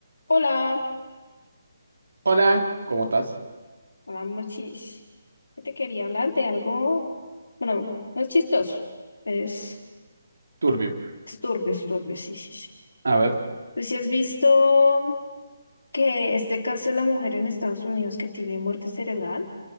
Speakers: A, on the left; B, on the right.
A: Hola,
B: Hola, ¿cómo estás?
A: hola Morchis. Yo te quería hablar de algo, bueno, no es chistoso, es,
B: Turbio.
A: es turbio, es turbio, sí, sí, sí.
B: A ver,
A: Tú sí has visto que este caso de la mujer en Estados Unidos que tiene muerte cerebral,